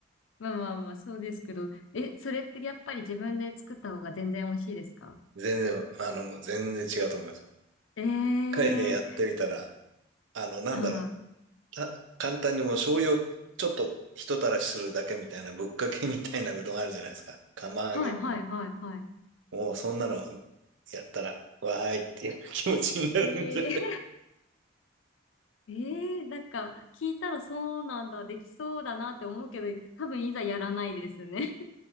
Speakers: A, on the left; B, on the right.
A: まあまあまあ、そうですけど。え、それってやっぱり自分で作った方が全然美味しいですか
B: 全然、あの、もう全然違うと思いますよ。
A: え
B: 一回ね、やってみたら、
A: え
B: あの、なんだろう、
A: はい、
B: た簡単にもう醤油をちょっとひとたらしするだけみたいな、ぶっかけみたいなうどんあるじゃないですか。釜揚げ。
A: はい、はい、はい、はい。
B: もうそんなのやったら、わーいっていう気持ちになるんじゃない
A: ええ <laughs> ええなんか、聞いたらそうなんだ、できそうだなって思うけど、多分いざやらないですね。